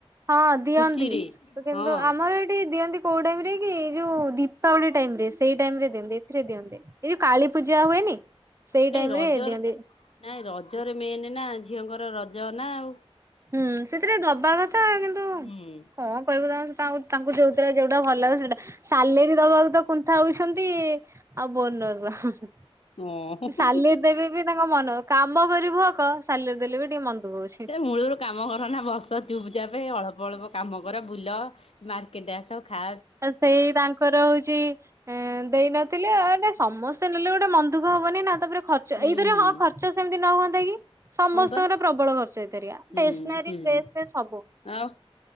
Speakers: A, on the right; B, on the left.
A: ହଁ ଦିଅନ୍ତି
B: ଖୁସିରେ
A: ତ କିନ୍ତୁ
B: ହଁ
A: ଆମର ଏଠି ଦିଅନ୍ତି କୋଉ ଟାଇମ ରେ କି ଯୋଉ ଦୀପାବଳି ଟାଇମ ରେ ସେଇ ଟାଇମ ରେ ଦିଅନ୍ତ ଏଥିରେ ଦିଅନ୍ତିନି। ଏଇ ଯୋଉ କାଳୀ ପୂଜା ହୁଏନି? ସେଇ
B: କାଇଁ
A: ଟାଇମ
B: ରଜରେ
A: ରେ ଦିଅନ୍ତି
B: ତ ନାଇଁ ରଜରେ ମେନ ନା ଝିଅଙ୍କର ରଜ ନା ଆଉ।
A: ହୁଁ ସେଥିରେ ଦବା କଥା କିନ୍ତୁ
B: ହୁଁ।
A: କଣ କହିବୁ ସେ ତାଙ୍କୁ ତାଙ୍କୁ ଯୋଉଥିରେ ଯୋଉଟା ଭଲ ଲାଗେ ସେଇଟା, ସାଲେରୀ ଦବାକୁ ତ କୁନ୍ଥା ହଉଛନ୍ତି। ଆଉ ବୋନସ୍‌,
B: ଓଁ
A: ସାଲେରି ଦେବେ ବି ତାଙ୍କ ମନ, କାମ କରିବୁ ହକ, ସାଲିରେ ଦେଲେ ବି ଟିକେ ମନ ଦୁଃଖ ହଉଛି।
B: ସେ ମୂଳରୁ କାମ କର ନା ବସ ଚୁପ୍ ଚାାପ ଅଳ୍ପ ଅଳ୍ପ କାମ ର ବୁଲ ମାର୍କେଟ ଆସ ଖା
A: ସେଇ ତାଙ୍କର ହଉଛି ଦେଇନଥିଲେେ ସମସ୍ତେ। ନେଲେ ଗୋଟେ ମନ ଦୁଃଖ ହବନି ନା, ତାପରେ ଖର୍ଚ୍ଚ,
B: ହୁଁ
A: ଏଇଥରେ
B: ହୁଁ
A: ହଁ ଖର୍ଚ୍ଚ ସେମିତି ନ ହୁଅତା କି ସମସ୍ତଙ୍କର
B: ହଁ ବା
A: ପ୍ରବଳ ଖର୍ଚ୍ଚ ଏଇଥରେ ଷ୍ଟେସନାରୀ
B: ହୁଁ ହୁଁ।
A: ଡ୍ରେସ ରେ, ସବୁ
B: ଆଉ